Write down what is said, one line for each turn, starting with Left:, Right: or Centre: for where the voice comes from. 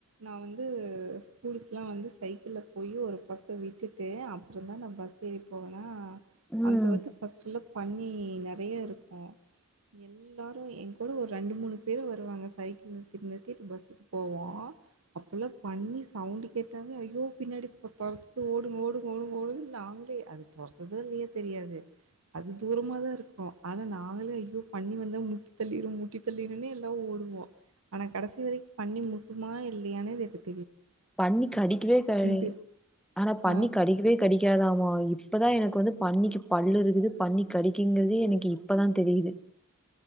Right: நா வந்து ஸ்கூலுக்கெலா வந்து சைக்கிள்ல போய் ஒரு பக்கோ விட்டுட்டு அப்புறம்ந்தா நா பஸ் ஏறி போவேனா
Centre: ம்
Right: அங்க வந்து ஃபஸ்டுலா பண்ணி நெர நெறைய இருக் ஆ எல்லாரு எ கூட ஒரு ரெண்டு மூணு பேரு வருவாங்க சைக்கிள் நிருத்திட்டு நிருத்திட்டு பஸ்ஸுக்கு போவோ அப்பல்லா பண்ணி சவுண்டுக் கேட்டாலே ஐயோ பின்னாடி தொரத்துது ஓடுங்க ஓடுங்க ஓடுங்க ஓடுங்கனு நாங்களே அது தொரத்துதோ இல்லயோ தெரியாது அது தூரமாதா இருக்கு ஆனா நாங்களே ஐயோ பண்ணி வந்தா முட்டி தள்ளிரு முட்டி தள்ளிருன்னே எல்லா ஓடுவோ ஆனா கடைசி வரைக்கு பண்ணி முட்டுமா இல்லையானே தெரி
Centre: பண்ணி கடிக்கவே கடிஆனா
Right: தெரி
Centre: பண்ணி
Right: ஆ
Centre: கடிக்கவே கடிக்காதாமா <unintelligible> இப்போ தா எனக்கு வந்து பண்ணிக்கு பல் இருக்குது பண்ணி கடிக்குங்கிறதே எனக்கு இப் ப்பதா தெரியுது